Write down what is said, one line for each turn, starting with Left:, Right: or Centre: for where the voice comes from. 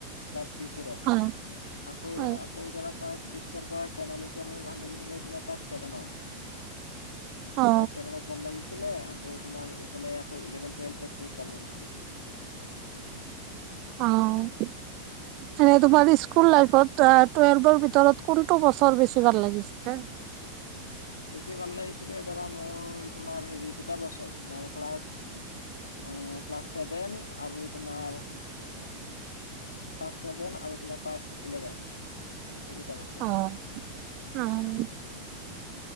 Left: ক্লাছ থ্ৰী ফৰত,
Right: অ
Left: আকৌ
Right: অ
Left: আকৌ ধৰা ক্লাছ ছিক্সৰ পৰা টেনলৈকে মোৰ ভাল লাগিছিলে তোমাৰ ক্লাছ ছেভেনত।
Right: অ
Left: ক্লাছ ছেভেনত ভাল লাগিছিলে। আকৌ তোমাৰ এইফালে আকৌ ইলেভেন, টুৱেলভত বহুত ভাল লাগিছিলে।
Right: অ', এনে তোমাৰ স্কুল লাইফত টুৱে-টুৱেলভৰ ভিতৰত কোনটো বছৰ বেছি ভাল লাগিছিলে?
Left: বেছি ভাল লাগিছিলে ধৰা মোৰ তোমাৰ হেৰি দুটা বছৰ। তোমাৰ ক্লাছ আ ক্লাছ ছেভেন আৰু তোমাৰ পাছ ছেভেন আৰু তোমাৰ পাছ ইলেভেন। সেই দুটা বছৰ
Right: অ' আ-ম।